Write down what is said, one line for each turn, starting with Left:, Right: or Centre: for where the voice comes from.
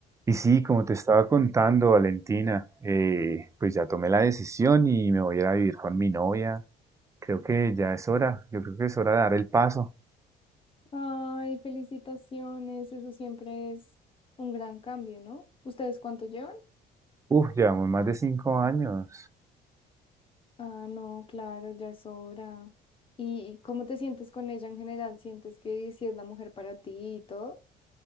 Right: Y sí, como te estaba contando, Valentina, eh, pues ya tomé la decisión y me voy a ir a vivir con mi novia. Creo que ya es hora, yo creo que es hora de dar el paso.
Left: Ay, felicitaciones, eso siempre es un gran cambio, ¿no? ¿Ustedes cuánto llevan?
Right: Uf, llevamos más de cinco años.
Left: Ah, no, claro, ya es hora. ¿Y y cómo te sientes con ella en general? ¿Sientes que si es la mujer para ti y todo?